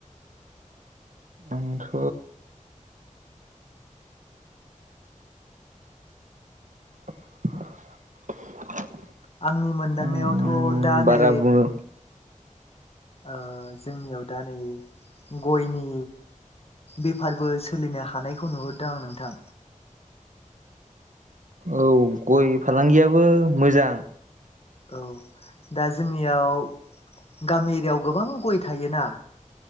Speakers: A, on the right; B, on the left.
A: आंथ' <unintelligible>
B: आंनि मोनदांनायावथ'
A: आं
B: दा
A: बारा
B: नै
A: बुङो
B: ओ जोंनियाव दा नै गयनि बेफारबो सोलिनो हानायखौ नुहरदों आं नोंथां
A: औ गय फालांगियाबो मोजां
B: औ दा जोंनियाव गामि एरियआव गोबां गय थायोना